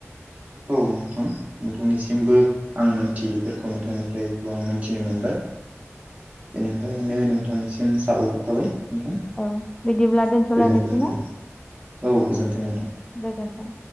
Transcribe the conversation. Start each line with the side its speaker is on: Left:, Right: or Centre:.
Right: औ नोंथां। नोंथांनिसिमबो आं मोनथियैफोरखौ नोंथांनिफ्रायबो आं मोनथिनो मोनबाय। बेनिखायनो नोंथांनिसिम साबायखर थाबाय। नोंथां
Left: औ बिदिब्ला दोनथ'लायनोसै
Right: गोजोनथों नोंथां औ गोजोनथों नोंथां।
Left: गोजोनथों।